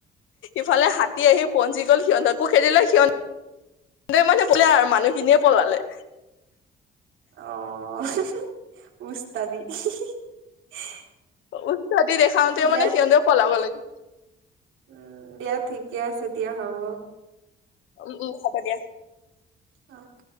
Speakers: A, on the left (about 80°); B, on the right (about 85°).
A: ইফালে হাতী আহি পঞ্চি গ'ল সিহঁতকো খেদিলে সিহঁ তে মানে বোলে আৰু মানুহখিনিয়ে পলালে।
B: <inaudible> <inaudible>
A: উৎপত্তি দেখাওতে মানে সিহঁতেও পলাব লাগে।
B: উম, দিয়া ঠিকে আছে দিয়া হ'ব।
A: উম উম হ'ব দিয়া।
B: অঁহ